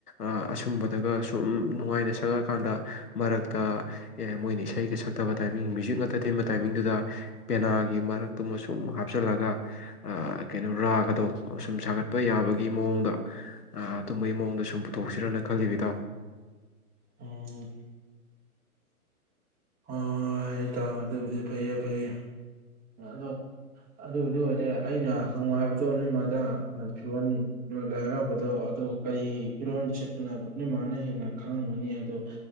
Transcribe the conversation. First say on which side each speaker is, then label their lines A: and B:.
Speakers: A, on the left (about 85°); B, on the right (about 20°).
A: ꯑ ꯑꯁꯨꯝꯕꯗꯒ ꯁꯨꯝ ꯅꯨꯡꯉꯥꯏꯅ ꯁꯒꯑꯀꯥꯟꯗ ꯃꯔꯛꯇ ꯑꯦ ꯃꯣꯏꯅ ꯏꯁꯩꯒ ꯁꯛꯇꯕ ꯇꯥꯏꯃꯤꯡ ꯃ꯭ꯌꯨꯖꯤꯛ ꯉꯠꯇ ꯊꯤꯟꯕ ꯇꯥꯏꯃꯤꯡꯗꯨꯗ ꯄꯦꯅꯥꯒꯤ ꯃꯔꯛꯇꯨꯃꯁꯨ ꯁꯨꯝ ꯍꯥꯞꯆꯤꯜꯂꯒ ꯑ ꯀꯩꯅꯣ ꯔꯥꯒꯗꯣ ꯑꯁꯨꯝ ꯁꯥꯒꯠꯄ ꯌꯥꯕꯒꯤ
B: ꯎꯝ
A: ꯃꯑꯣꯡꯗ ꯑ ꯑꯗꯨꯝꯕꯩ ꯃꯑꯣꯡꯗ ꯁꯨꯝ ꯄꯨꯊꯣꯛꯁꯤꯔꯅ ꯈꯜꯂꯤꯕꯤ ꯏꯇꯥꯎ꯫
B: ꯎꯝ ꯑ ꯇꯥꯡ ꯑꯗꯨꯕꯨꯗꯤ ꯐꯩꯌꯦ ꯐꯩꯌꯦ ꯑꯗꯣ ꯑꯗꯨꯕꯨꯗꯤ ꯑꯣꯏꯔꯦ ꯑꯩꯅ ꯍꯪꯉꯣ ꯍꯥꯏꯕꯗꯣ ꯅꯣꯏꯃꯥꯗ ꯐꯤꯔꯣꯜ ꯂꯥꯏ ꯍꯔꯥꯎꯕꯗꯣ ꯑꯗꯣ ꯀꯔꯤ ꯐꯤꯔꯣꯜ ꯆꯦꯠꯄꯅꯣ ꯅꯣꯏꯃꯥꯅ ꯍꯦꯟꯅ ꯈꯪꯉꯝꯒꯅꯤ ꯑꯗꯣ